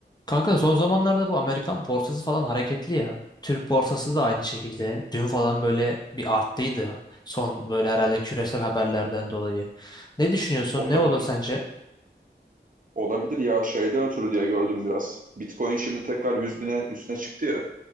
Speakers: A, on the left; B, on the right.
A: Kanka son zamanlarda bu Amerikan borsası falan hareketli ya. Türk borsası da aynı şekilde. Dün falan böyle bir arttıydı. Son böyle herhalde küresel haberlerden dolayı. Ne düşünüyorsun?
B: Olabilir.
A: Ne olur sence?
B: Olabilir ya şeyden ötürü diye gördüm biraz. Bitcoin şimdi tekrar yüz bine üstüne çıktı ya.